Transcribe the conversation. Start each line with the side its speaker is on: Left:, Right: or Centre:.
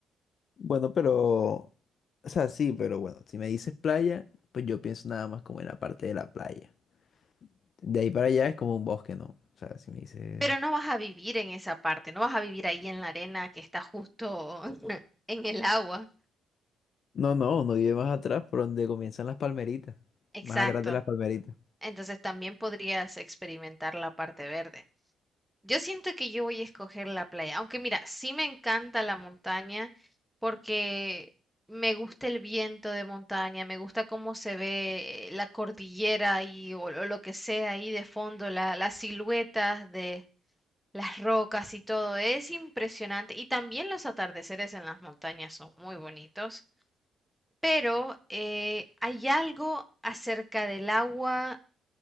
Left: Bueno, pero, o sea, sí, pero bueno, si me dices playa, pues yo pienso nada más como en la parte de la playa. De ahí para allá es como un bosque, ¿no? O sea, si me dices...
Centre: Pero no vas a vivir en esa parte, no vas a vivir ahí en la arena que está justo <laughs> en el agua.
Left: No, no, uno vive más atrás, por donde comienzan las palmeritas.
Centre: Exacto.
Left: Más atrás de las palmeritas.
Centre: Entonces también podrías experimentar la parte verde. Yo siento que yo voy a escoger la playa, aunque mira, sí me encanta la montaña porque me gusta el viento de montaña, me gusta cómo se ve eh, la cordillera y o, o lo que sea ahí de fondo, la- las siluetas de, las rocas y todo, es impresionante. Y también los atardeceres en las montañas son muy bonitos, pero eh, hay algo acerca del agua